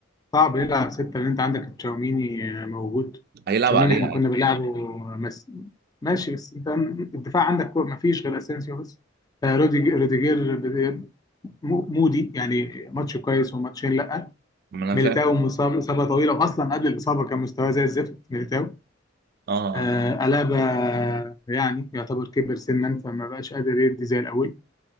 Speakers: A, on the left (about 20°); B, on the right (about 50°).
A: صعب يلعب سته لان انت عندك تشاوميني آه، موجود
B: هيلعب
A: تشاوميني
B: عليها
A: احنا كنا
B: عادي
A: بنلعبه مس... ماشي بس انت الدفاع عندك ما فيش غير اسينسيو بس آه، روديج- روديجير ب- مو- مودي يعني ماتش كويس وماتشين لا
B: ما انا
A: ميليتاو
B: فاهم
A: مصاب اصابه طويله واصلا قبل الاصابه كان مستواه زي الزفت ميليتاو
B: اه
A: آه، ألابا يعني يعتبر كبر سنا فما بقاش قادر يدي زي الأول